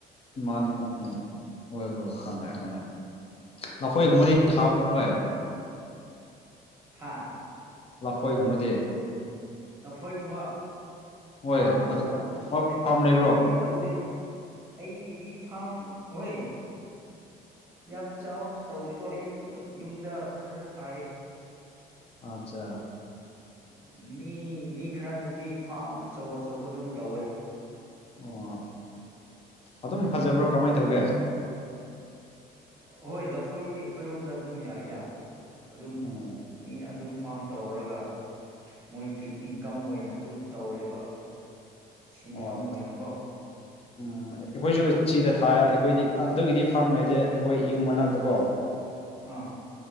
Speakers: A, on the left (about 35°); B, on the right (about 15°).
A: ꯃꯥꯅꯤ ꯃꯥ ꯃꯥꯅꯤ ꯍꯣꯏ ꯍꯣꯏ ꯈꯉꯦ ꯈꯪꯉꯦ ꯅꯐꯣꯏ
B: ꯎꯝ
A: ꯁꯨꯃꯂꯤ ꯊꯥꯕꯔ ꯅꯍꯦ
B: ꯍꯥꯥ
A: ꯂꯐꯣꯏꯒꯨꯝꯃꯗꯤ
B: ꯂꯐꯣꯏꯒꯨꯝꯕ
A: ꯍꯣꯏ
B: ꯐꯥꯝ
A: ꯑꯗ
B: ꯑꯩꯈꯣꯏꯗꯤ
A: ꯐꯥꯔꯝ ꯂꯩꯕ꯭ꯔꯣ
B: ꯇꯧꯗꯦ ꯑꯩ ꯤꯗꯤ ꯐꯥꯝ ꯍꯣꯏ ꯌꯥꯝ ꯆꯥꯎꯅ ꯇꯧꯗꯕ ꯌꯨꯝꯗ ꯈꯔ ꯊꯥꯏꯌꯦ
A: ꯑꯆꯥ
B: ꯃꯤ ꯃꯤ ꯈꯔꯅꯗꯤ ꯐꯥꯝ ꯑꯆꯧ ꯑꯆꯧꯕ ꯑꯗꯨꯝ ꯇꯧꯋꯦ
A: ꯑꯣ ꯑꯗꯨꯝ ꯐꯖꯕ꯭ꯔꯣ ꯀꯃꯥꯏ ꯇꯧꯒꯦ
B: ꯍꯣꯏ ꯂꯐꯣꯏꯗꯤ ꯑꯩꯈꯣꯏꯔꯣꯝꯗ ꯑꯗꯨꯝ ꯌꯥꯏꯗ ꯑꯗꯨꯝ
A: ꯑꯣ
B: ꯃꯤꯅ ꯑꯗꯨꯝ ꯐꯥꯝ ꯇꯧꯔꯒ ꯃꯣꯏꯒꯤ ꯏꯟꯀꯝ ꯑꯣꯏꯅ ꯑꯗꯨꯝ ꯇꯧꯔꯦꯕ ꯁꯤꯟꯐꯝ
A: ꯑꯣ
B: ꯑꯣꯏꯅꯀꯣ
A: ꯎꯝ ꯑꯩꯈꯣꯏꯁꯨ ꯁꯤꯗ ꯊꯥꯏ ꯑꯩꯈꯣꯏꯗꯤ ꯑꯗꯨꯒꯤꯗꯤ ꯐꯥꯔꯝ ꯂꯩꯗꯦ ꯑꯩꯈꯣꯏ ꯌꯨꯝ ꯃꯅꯥꯛꯇ ꯀꯣ
B: ꯑ